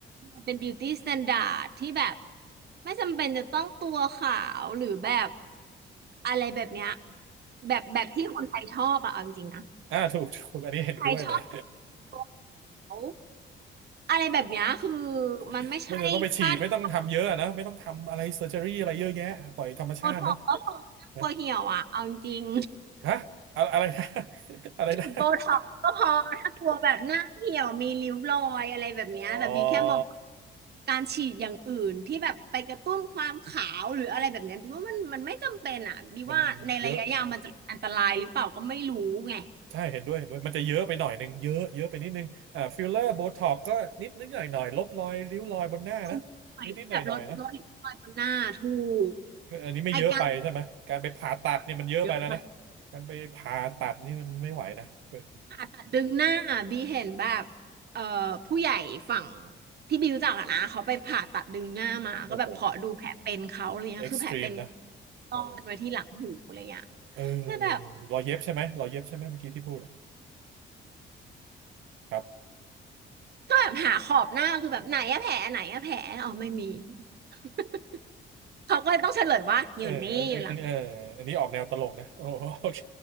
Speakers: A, on the right (about 55°); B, on the right (about 80°).
A: มันเป็นบิวตี้สแตนดาร์ดที่แบบไม่จำเป็นจะต้องตัวขาวหรือแบบอะไรแบบเนี้ยแบบแบบที่คนไทยชอบอะเอาจริงๆนะ
B: อ่าถูกถูกอันนี้เห็นด้วยเลย
A: ไทยชอบตัวขาวอะไรแบบเนี้ยคือมันไม่ใช่พ่าที่
B: <laughs> ไม่จำเป็นต้องไปฉีดไม่ต้องทำเยอะอะนะไม่ต้องทำอะไรเซอร์เจอรี่อะไรเยอะแยะปล่อยธรรมชาติเนอะ
A: โบท็อกซ์ก็คน่ัวเหี่ยวอะเอาจริง
B: นะฮะอะอะไรนะ <laughs> อะไรนะ
A: ฉีดโบท็อกซ์ก็พอถ้ากลัวแบบหน้าเหี่ยวมีริ้วรอยอะไรแบบเนี้ยแต่บีแค่มอง
B: <laughs> อ๋อ
A: การฉีดอย่างอื่นที่แบบไปกระตุ้นความขาวหรืออะไรแบบเนี้ยบีว่ามันมันไม่จำเป็นอ่ะบีว่าในระยะยาวมันจะเป็นอันตรายหรือเปล่าก็ไม่รู้ไง
B: มันเยอะอ๋อใช่เห็นด้วยเห็นด้วยมันจะเยอะไปหน่อยนึงเยอะเยอะไปนิดนึงอ่าฟิลเลอร์โบท็อกก็นิดนิดหน่อยหน่อยลบรอยริ้วรอยบนหน้านะนิดนิดหน่อยหน่อยนะ
A: หนใหม่อยแบบลดลดริ้วรอยบนหน้าถูก
B: ก็อันนี้ไม่เยอะไปใช่ไหมการไปผ่าตัดเนี่ยมันเยอะไปแล้วนะ
A: ไอการแบบเยอะมาก
B: การไปผ่าตัดนี่มันไม่ไหวนะเป็น
A: ผ่าตัดดึงหน้าบีเห็นแบบเอ่อผู้ใหญ่ฝั่งที่บีรู้จักอะนะเขาไปผ่าตัดดึงหน้ามาก็แบบขอดูแผลเป็นเขาอะไรเงี้ยคือแผลเป็น
B: โอ้โหเอ็กซ์ตรีมนะ
A: ซ่อนไว้ที่หลังหูอะไรเงี้ย
B: โอ้เออเออรอยเย็บใช่ไหมรอยเย็บใช่ไหมเมื่อกี้ที่พูดอะ
A: แล้วแบบ
B: ครับ
A: ก็แบบหาขอบหน้าคือแบบไหนอะแผลไหนอะแผลอ๋อไม่มี <laughs> เขาก็เลยต้องเฉลยว่าอยู่นี่อยู่หลัง
B: เอออันอันเอออันนี้ออกแนวตลกนะโอ้ <laughs> โอเค